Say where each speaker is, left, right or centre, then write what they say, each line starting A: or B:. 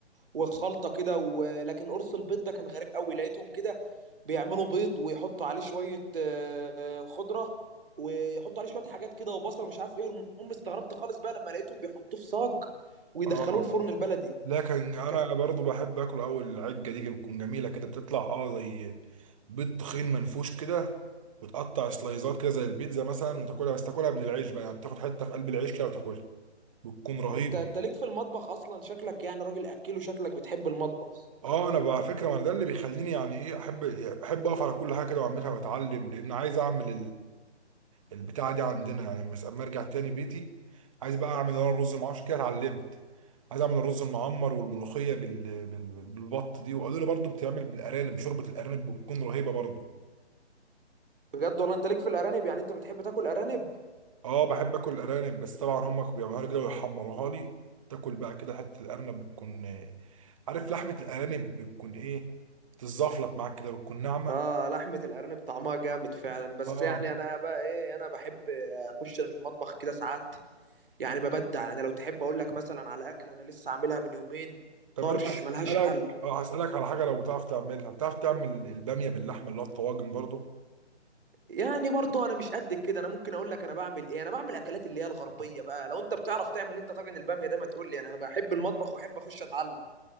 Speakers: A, on the right; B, on the right.
A: وخلطه كده و... لكن قرص البيض ده كان غريب قوي لقيتهم كده بيعملوا بيض ويحطوا عليه شويه آه، آه، خضره ويحطوا عليه شويه حاجات كده وبصل ومش عارف ايه المهم استغربت خالص بقى لما لقيتهم بيحطوه في صاج ويدخلوه
B: اه
A: الفرن البلدي
B: لكن انا
A: ك...
B: برضو بحب اكل اول العجه دي بتكون جميله كده بتطلع اه زي بيض تخين منفوش كده وتقطع سلايزات كده زي البيتزا مثلا وتاكلها بس تاكلها من العيش بقى يعني تاخد حته في قلب العيش كده وتاكلها بتكون رهيبه
A: انت انت ليك في المطبخ اصلا شكلك يعني راجل اكله شكلك بتحب المطبخ
B: اه انا بقى على فكره ما أنا ده اللي بيخليني يعني ايه احب بحب اقف على كل حاجه كده واعملها واتعلم لان عايز اعمل البتاعة دي عندنا يعني لما اما ارجع تاني بيتي عايز بقى اعمل انا الرز مع عشان كده اتعلمت عايز اعمل الرز المعمر والملوخية بال... بال... بالبط دي وقالوا لي برضو بتعمل بالارانب شوربة الارانب بتكون رهيبة برضو
A: بجد والله انت ليك في الارانب يعني انت بتحب تاكل ارانب
B: اه بحب اكل الارانب بس طبعا هم بيعملوها لي كده ويحمروها لي تاكل بقى كده حتة الارنب بتكون آه، عارف لحمة الارانب بتكون ايه تتزفلط معاك كده بتكون ناعمة
A: اه لحمة الارانب طعمها جامد فعلا بس
B: اه
A: يعني انا بقى ايه انا بحب اخش المطبخ كده ساعات يعني ببدع يعني لو تحب اقول لك مثلا على اكل انا لسه عاملها من يومين
B: طب
A: طرش
B: انا هسألك
A: ملهاش حل
B: اه هسألك على حاجة لو بتعرف تعملها بتعرف تعمل البامية باللحمة اللي هو الطواجن برضو
A: يعني برضو انا مش قد كده انا ممكن اقول لك انا بعمل ايه انا بعمل اكلات اللي هي الغربية بقى لو انت بتعرف تعمل انت طاجن البامية ده ما تقول لي يعني انا بحب المطبخ واحب اخش اتعلم